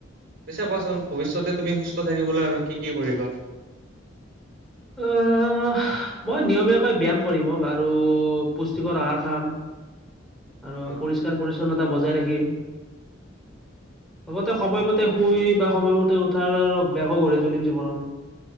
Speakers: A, on the right (about 50°); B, in the centre.
A: পিছে কোৱাচোন ভৱিষ্যতে তুমি সুস্থ থাকিবলৈ আৰু কি কি কৰিবা?
B: অ', মই নিয়মীয়াকৈ ব্যায়াম কৰিম আৰু পুষ্টিকৰ আহাৰ খাম। আৰু
A: অ
B: পৰিষ্কাৰ পৰিচ্ছন্নতা বজাই ৰাখিম। লগতে সময়মতে
A: অ
B: শুই বা সময়মতে উঠাৰ অভ্যাসো গঢ়ি তুলিম জীৱনত।